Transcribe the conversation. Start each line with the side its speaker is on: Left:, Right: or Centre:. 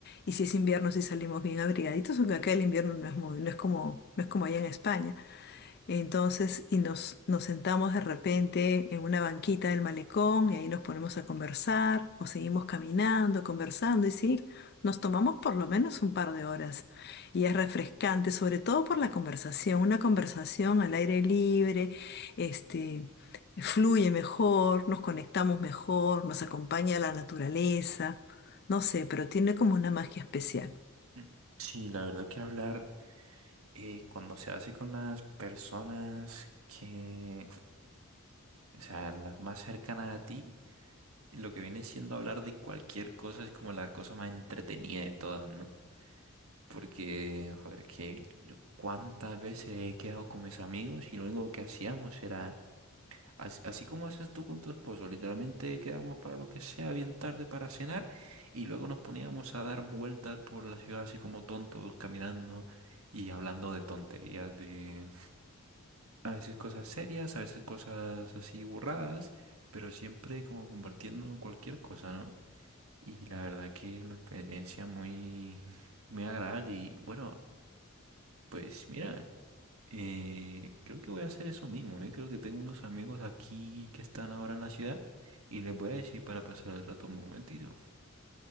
Left: Y si es invierno, si salimos bien abrigaditos, aunque acá el invierno no es muy, no es como, no es como allá en España. Entonces, y nos, nos sentamos de repente en una banquita del malecón y ahí nos ponemos a conversar o seguimos caminando, conversando y sí, nos tomamos por lo menos un par de horas. Y es refrescante, sobre todo por la conversación, una conversación al aire libre, este, fluye mejor, nos conectamos mejor, nos acompaña la naturaleza, no sé, pero tiene como una magia especial.
Right: Mm. Sí, la verdad que hablar eh, cuando se hace con las personas que, o sea, las más cercanas a ti, lo que viene siendo hablar de cualquier cosa es como la cosa más entretenida de todas, ¿no? Porque, joder, que yo cuántas veces he quedado con mis amigos y lo único que hacíamos era Así, así como haces tú con tu esposo, literalmente quedábamos para lo que sea bien tarde para cenar y luego nos poníamos a dar vueltas por la ciudad así como tontos, caminando y hablando de tonterías, de a veces cosas serias, a veces cosas así burradas, pero siempre como compartiendo cualquier cosa, ¿no? Y la verdad que es una experiencia muy, muy agradable y bueno, pues mira. Eh, creo que voy a hacer eso mismo, ¿eh? Creo que tengo unos amigos aquí que están ahora en la ciudad y les voy a decir para pasar el rato un momentito